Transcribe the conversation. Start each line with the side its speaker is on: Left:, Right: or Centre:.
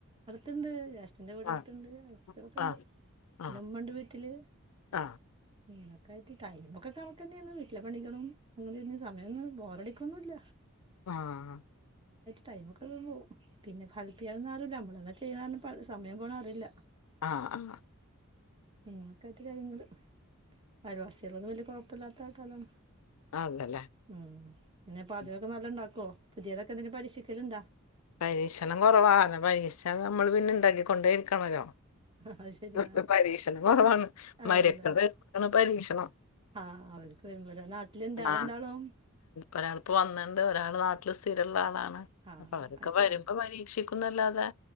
Right: അടുത്ണ്ട്. അച്ഛന്റെ വീടെ
Left: ആഹ്
Right: അടുത്ത്ണ്ട് <unintelligible> ഉണ്ട്
Left: ആഹ്
Right: പിന്ന
Left: ആഹ്
Right: ഉമ്മുണ്ട് വീട്ടില്.
Left: ആഹ്
Right: ഇങ്ങനൊക്കെ ആയിട്ട് ടൈം ഒക്കെ കണക് തന്നെയാണ് വീട്ടിലെ പണികളും <unintelligible> സമയൊ ബോറടിക്കൊന്നുല്ല.
Left: ആഹ
Right: ടൈ മൊക്കെ വേഗം പോവും പിന്നെ ഹെൽപ് ചെയ്യാൻ അരൂല നമ്മളെന്നെ ചെയ്യണം സമയം പോണതറിയില്ല.
Left: ആഹ ആഹ
Right: അങ്ങനൊക്കെ ആയിട്ട് കാര്യങ്ങള് അയൽവാസികളൊന്നും വല്യ കൊഴപ്പില്ലാത്ത ആൾക്കാരാണ്.
Left: അതല്ലേ
Right: ഉം പിന്നെ പാചകൊക്കെ
Left: ഉം.
Right: നല്ല ഇണ്ടാക്കോ പുതിയതൊക്കെ എന്തേലും പരീക്ഷിക്കല്ണ്ടാ?
Left: പരീക്ഷണം കുറവാ പരീക്ഷിച്ച പിന്നെ നമ്മള് പിന്നെ ഇണ്ടാക്കി കൊണ്ടേ ഇരിക്കണല്ലോ?
Right: അത് ശരി
Left: <unintelligible>
Right: ആ
Left: പരീക്ഷണം കുറവാണ്
Right: അതെ
Left: മരെക്കളെടുത്താണ്
Right: അതെ
Left: പരീക്ഷണം.
Right: ആഹ് അവർക്ക് വരുമ്പോല നാട്ടിലുണ്ട്
Left: ആ
Right: രണ്ടാളും
Left: ഒരാളിപ്പോ വന്നണ്ട് ഒരാള് നാട്ടില്. സ്ഥിരള്ള ആളാണ്
Right: ആഹ്
Left: അപ്പൊ അവരൊക്കെ
Right: അത് ശരി
Left: വരുമ്പോ പരീക്ഷിക്കുന്നല്ലാതെ.